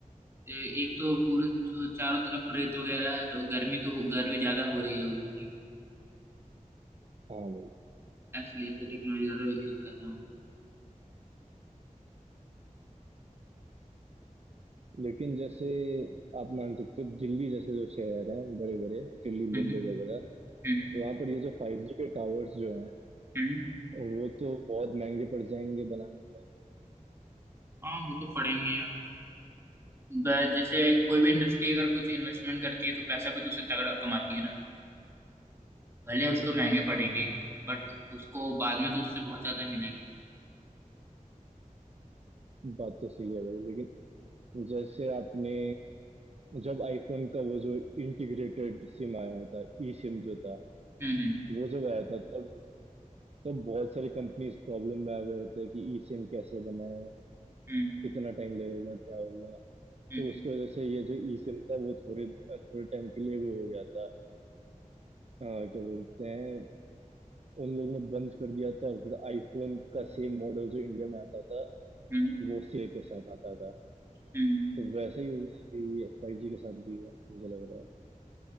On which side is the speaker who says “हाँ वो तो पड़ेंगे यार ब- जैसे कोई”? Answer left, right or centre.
Right